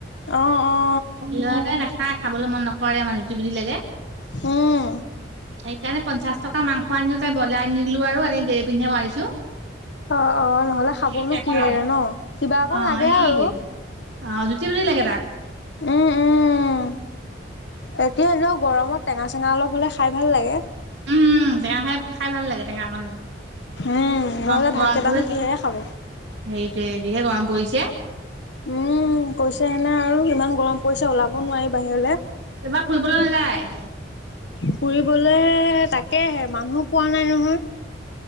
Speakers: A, on the left; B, on the right.
A: অ অ
B: ল'ৰাটোৱে নাখায়। খাবলৈ মন নকৰে, আমাৰ জুতি বুলি লাগে।
A: হুম।
B: সেইকাৰণে পঞ্চাছ টকাৰ মাংস আনিলোঁ, তাই ব্ৰইলাৰ আনিলোঁ আৰু আনি গেৰীপি নিচিনা বনাই দিছোঁ।
A: অ অ নহ'লে খাবনো
B: সেই তাকে।
A: কিহেৰে ন কিবা অকণ
B: অ'
A: লাগে
B: ই সি
A: আৰু
B: অ', জুতি বুধি লাগে তাক।
A: উম উম এতিয়া এনেও গৰমত টেঙা চেঙা অলপ হ'লে খাই ভাল লাগে।
B: উম টেঙা খাই, খাই ভাল লাগে টেঙা অকণ।
A: উম নহ'লে
B: গৰমটোহে,
A: ভাতকেইটানো কিহেৰে খাব
B: হেৰিটোৱেহে গৰম পৰিছে।
A: উম্, কৈছো মানে আৰু ইমান গৰম পৰিছে ওলাব নোৱাৰি বাহিৰলৈ।
B: এইবাৰ ফুৰিবলৈ নাযায়।
A: ফুৰিবলে তাকেহে মানুহো পোৱা নাই নহয়।